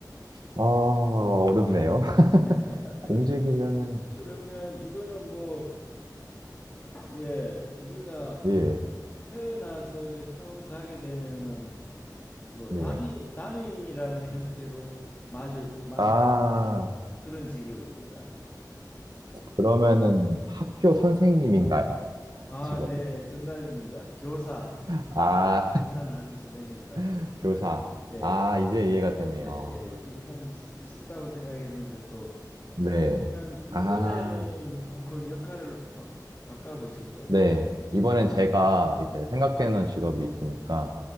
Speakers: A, on the right; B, on the left.
A: 아, 어렵네요. <laughs>
B: <laughs>
A: 공직이면은,
B: 그러면 이거는 뭐 예, 우리가
A: 예,
B: 태어나서 이렇게 처음 가게 되면은 뭐
A: 네.
B: 담임 담임이라는 형태로 마주 마주치는
A: 아,
B: 그런 직업입니다.
A: 그러면은 학교 선생님인가요?
B: 아,
A: 직업이.
B: 네, 정답입니다. 교사,
A: 아,
B: 교사나 학교 선생님이나 같으니까.
A: <laughs> 교사.
B: 예.
A: 아, 이제 이해가 되네요.
B: 예, 예, 이게 참 쉬- 쉽다고 생각했는데 또
A: 네.
B: 그러면
A: 아,
B: 이번에는 한번 역할을 바, 바꿔보시죠.
A: 네. 이번엔 제가 이제 생각해놓은 직업이 있으니까